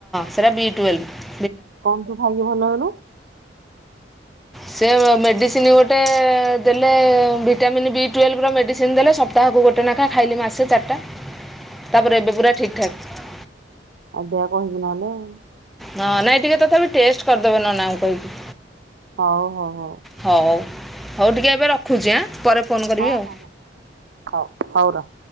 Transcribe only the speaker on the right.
କଣ ତୁ ଖାଇକି ଭଲ ହେଲୁ?
ଆଗୁଆ କହିବୁ ନହେଲେ ଆଉ
ହଉ ହଉ ହଉ
ହଉ
ହଁ ହଉ ହଉର ।